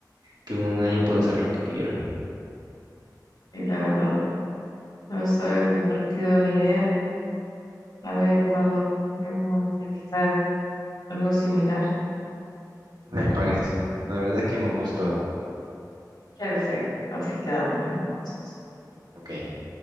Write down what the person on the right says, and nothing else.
que en un año puedo hacer lo que quiero.
Me parece. La verdad es que me gustó.
Ok.